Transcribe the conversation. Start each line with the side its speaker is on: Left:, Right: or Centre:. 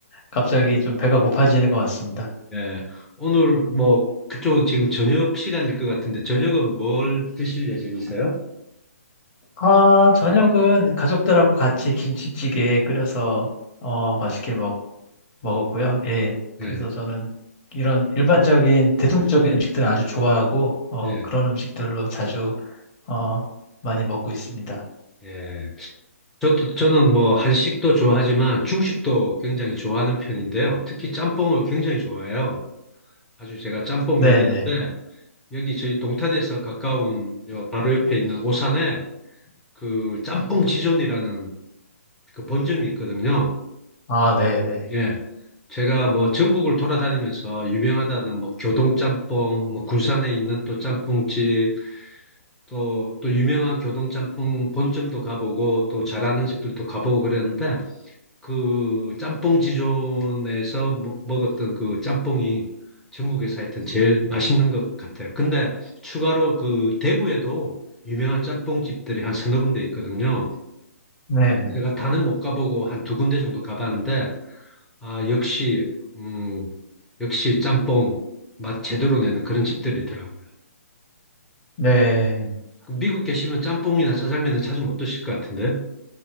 Left: 갑자기 좀 배가 고파지는 것 같습니다.
Centre: 예, 오늘 뭐 그쪽은 지금 저녁 시간일 것 같은데 저녁은 뭘 드실 예정이세요?
Left: 아, 저녁은 가족들하고 같이 김치찌개 끓여서 어, 맛있게 먹, 먹었고요. 예. 그래서
Centre: 예,
Left: 저는 이런 일반적인 대중적인 음식들 아주 좋아하고 어,
Centre: 예,
Left: 그런 음식들로 자주 어, 많이 먹고 있습니다.
Centre: 예. 저도 저는 뭐 한식도 좋아하지만 중식도 굉장히 좋아하는 편인데요. 특히 짬뽕을 굉장히 좋아해요. 아주 제가 짬뽕
Left: 네,
Centre: 매니아인데
Left: 네.
Centre: 여기 저희 동탄에서 가까운 요 바로 옆에 있는 오산에 그 짬뽕 지존이라는 그 본점이 있거든요.
Left: 아, 네, 네.
Centre: 예. 제가 뭐 전국을 돌아다니면서 유명하다는 뭐 교동짬뽕, 뭐 군산에 있는 또 짬뽕집, 또, 또 유명한 교동짬뽕 본점도 가보고 또 잘하는 집들도 가보고 그랬는데 그 짬뽕 지존에서 먹- 먹었던 그 짬뽕이 전국에서 하여튼 제일 맛있는 것 같아요. 근데 추가로 그 대구에도 유명한 짬뽕 집들이 한 서너 군데 있거든요.
Left: 네, 네.
Centre: 제가 다는 못 가보고 한 두 군데 정도 가봤는데, 아, 역시, 음, 역시 짬뽕 맛 제대로 내는 그런 집들이더라고요.
Left: 네.
Centre: 그 미국 계시면 짬뽕이나 짜장면은 자주 못 드실 것 같은데?